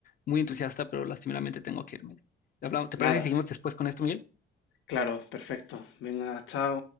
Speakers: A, on the left; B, on the left.
A: muy entusiasta, pero lastimeramente tengo que irme. Hablamos- ¿Te
B: nada,
A: parece que seguimos después con esto, Miguel?
B: claro, perfecto. Venga, chao.